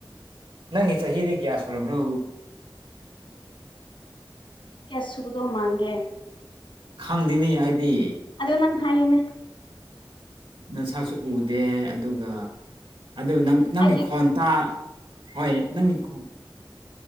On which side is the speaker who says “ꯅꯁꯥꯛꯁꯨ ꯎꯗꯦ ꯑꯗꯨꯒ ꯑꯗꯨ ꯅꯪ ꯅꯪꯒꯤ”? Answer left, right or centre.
Right